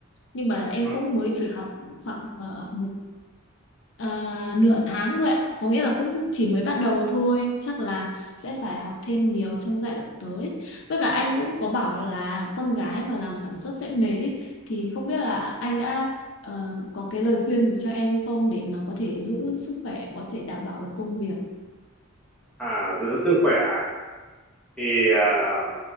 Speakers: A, on the left; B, in the centre.
A: nhưng mà em
B: Ừ.
A: cũng mới chỉ học khoảng ờ, một ờ, nửa tháng thôi ạ có nghĩa là cũng chỉ mới bắt đầu thôi chắc là sẽ phải học thêm nhiều trong giai đoạn tới với cả anh cũng có bảo là con gái mà làm sản xuất sẽ mệt ý thì không biết là anh đã ờ, có cái lời khuyên gì cho em không để mà có thể giữ sức khỏe có thể đảm bảo được công việc
B: À, giữ sức khỏe. à? thì à,